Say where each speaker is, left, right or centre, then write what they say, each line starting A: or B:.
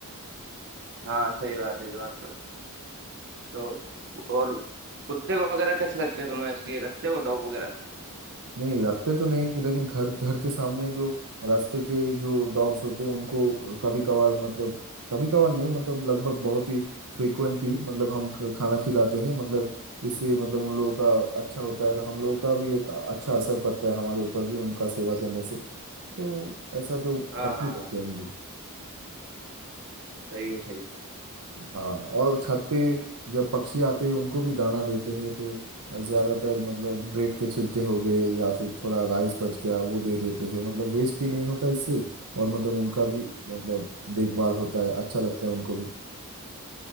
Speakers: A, on the right; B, on the right.
A: हाँ सही बात है ये बात तो है तो कु- और कुत्ते वगैरह कैसे लगते हैं तुम्हें ऐसे ही रखते हो डॉग वगैरह
B: नहीं रखते तो नहीं कि- लेकिन घर घर के सामने ही जो रास्ते के जो डॉग्स होते हैं उनको कभी कभार मतलब कभी कभार नहीं मतलब लगभग बहुत ही फ्रिक्वेंटली मतलब हम ख- खाना खिलाते हैं मतलब इससे मतलब उन लोगों का अच्छा होता है और हम लोगों का भी एक अच्छा असर पड़ता है हमारे ऊपर भी उनका सेवा करने से तो ऐसा तो
A: हाँ
B: अच्छी
A: हाँ
B: लगता
A: हाँ
B: है मुझे
A: सही है सही है
B: हाँ और छत पे जब पक्षी आते हैं उनको भी दाना देते हैं तो ज्यादातर मतलब ब्रेड के छिलके हो गए या फिर थोड़ा राइस बच गया वो दे देते हैं मतलब वेस्ट भी नहीं होता इससे और मतलब उनका भी मतलब देखभाल होता है अच्छा लगता है उनको भी